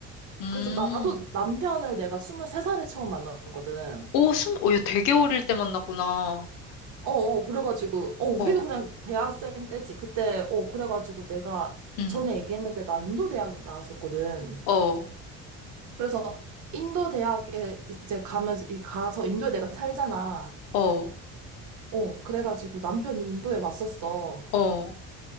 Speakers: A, on the left (about 85°); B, on the right (about 70°).
A: 음.
B: 그래서 나도 남편을 내가 23살에 처음 만났거든.
A: 오, 순, 오, 야, 되게 어릴 때 만났구나.
B: 어, 어, 그래가지고, 어, 우리도
A: 어,
B: 그냥 대학생 때지. 그때, 어, 그래가지고 내가
A: 응,
B: 전에 얘기했는데 나 인도 대학 나왔었거든.
A: 어, 어,
B: 그래서 인도 대학에 이제 가면, 이- 가서 인도에 내가 살잖아.
A: 어,
B: 어, 그래가지고 남편이 인도에 왔었어.
A: 어,